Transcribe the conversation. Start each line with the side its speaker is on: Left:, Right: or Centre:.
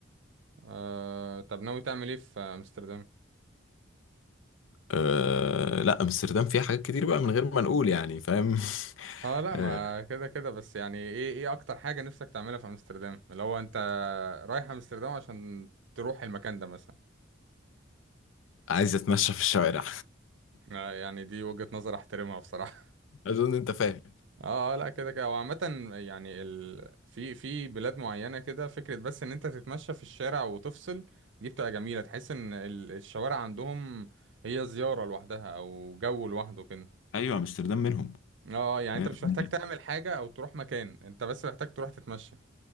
Right: آه طب ناوي تعمل ايه في امستردام
Left: أه لا امستردام فيها حاجات كتير بقى من غير ما نقول يعني فاهم <laughs>
Right: اه لا ما
Left: أه
Right: كده كده بس يعني ايه ايه اكتر حاجه نفسك تعملها في امستردام اللي هو انت رايح امستردام عشان تروح المكان ده مثلا
Left: عايز اتمشى في الشوارع
Right: آه، يعني دي وجهة نظر احترمها بصراحة
Left: <laughs>
Right: <laughs>
Left: اظن انت فاهم
Right: اه آه، لا كده كده وعامة يعني ال... في في بلاد معينة كده فكرة بس ان انت تتمشى في الشارع وتفصل دي بتبقى جميلة تحس ان ال- الشوارع عندهم هي زيارة لوحدها او جو لوحده كده
Left: ايوه امستردام منهم
Right: اه آه، يعني
Left: 100%
Right: انت مش محتاج تعمل حاجة او تروح مكان انت بس محتاج تروح تتمشى